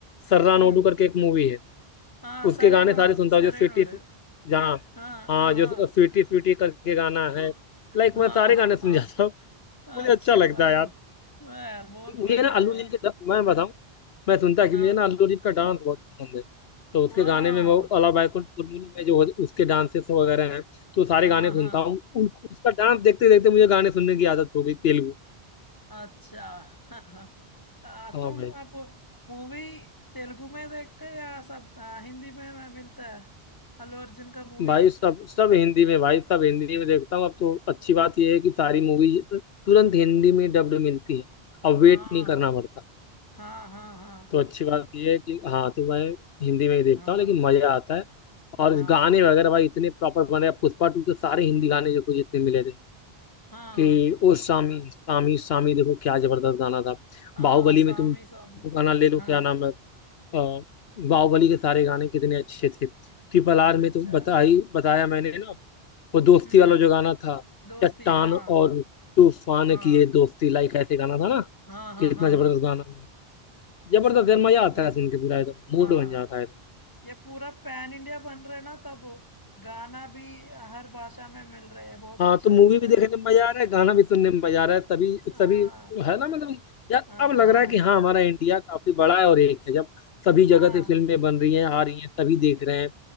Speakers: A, on the left; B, on the left.
A: सर्रा
B: हम्म
A: नोडू करके एक मूवी है
B: हाँ
A: उसके
B: सरे
A: गाने
B: नोडु
A: सारे सुनता
B: सरे
A: हूँ जो स्वीटी
B: नोडु
A: जहाँ
B: हाँ
A: हाँ
B: हाँ
A: जो
B: हाँ
A: स्वीटी स्वीटी करके गाना
B: <laughs>
A: है लाइक
B: हाँ
A: मैं सारे
B: हाँ
A: गाने सुन
B: हाँ
A: जाता हूँ मुझे
B: अच्छा
A: अच्छा लगता
B: भाई
A: है यार
B: वाह यार बहुत
A: मुझे
B: बढ़िया
A: ना अल्लू
B: है
A: अर्जुन के ड- मैं बताऊँ मैं सुनता कि
B: हाँ
A: मुझे ना अल्लू अर्जुन का डांस बहुत पसंद है तो उसके
B: हाँ
A: गाने में वो अला बैकुंठ कुरमुनी में जो उसके डांसेस वगैरह हैं तो सारे
B: हाँ
A: गाने सुनता
B: हाँ
A: हूँ उन उसका डांस देखते देखते मुझे गाने सुनने की आदत हो गई तेलुगु
B: अच्छा हाँ हाँ आ,
A: हाँ
B: तुम
A: भाई
B: अब मूवी तेलुगु में देखते हैं या सब आ, हिंदी में में मिलता है अल्लू अर्जुन का मूवी
A: भाई सब सब हिंदी में भाई सब हिंदी में देखता हूँ अब तो अच्छी बात यह है कि सारी मूवी तुरंत हिंदी में डब्ड मिलती है अब वेट
B: हाँ
A: नहीं करना पड़ता
B: हाँ हाँ हाँ
A: तो अच्छी बात यह है कि हाँ तो मैं हिंदी में ही देखता
B: हाँ
A: हूँ लेकिन मजा आता है और
B: हाँ
A: गाने वगैरह भाई इतने प्रॉपर बने हैं। पुष्पा टू के सारे हिंदी गाने जो कुछ जितने मिले थे
B: हाँ
A: कि ओ सामी सामी सामी देखो क्या जबरदस्त गाना था
B: हाँ
A: बाहुबली
B: स्वामी
A: में तुम
B: स्वामी
A: वो गाना ले लो
B: हाँ
A: क्या नाम है अ, बाहुबली के सारे गाने कितने अच्छे थे ट्रिपल
B: बहुत
A: आर में
B: अच्छा
A: तो बताई
B: है
A: बताया मैंने ना वो दोस्ती
B: हम्म
A: वाला जो गाना था
B: दोस्ती
A: चट्टान
B: हाँ
A: और तूफान
B: हाँ
A: की ये दोस्ती लाइक ऐसे गाना था ना
B: हाँ हाँ
A: कितना
B: हाँ
A: जबरदस्त
B: हाँ
A: गाना है।
B: उस-
A: जबरदस्त
B: बिल्कुल
A: यार मजा आता
B: बिल्कुल
A: है सुन के पूरा एकदम
B: हाँ
A: मूड बन जाता है
B: ये पूरा पैन इंडिया बन रहा है ना तब गाना भी हर भाषा में मिल रहे है बहुत
A: हाँ
B: अच्छा
A: तो मूवी
B: बात
A: भी
B: है
A: देखने में मजा आ रहा है गाना भी सुनने में मजा आ रहा है सभी
B: हाँ
A: सभी है ना मतलब यार
B: हाँ
A: अब लग
B: हाँ
A: रहा है कि हाँ हमारा इंडिया काफी बड़ा है और एक है जब सभी
B: हाँ
A: जगह से फिल्में बन रही हैं आ रही हैं सभी देख रहे हैं